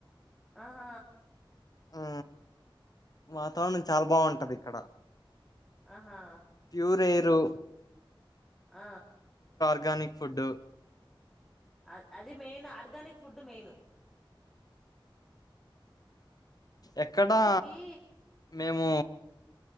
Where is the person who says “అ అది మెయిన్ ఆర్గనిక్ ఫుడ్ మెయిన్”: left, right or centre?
Centre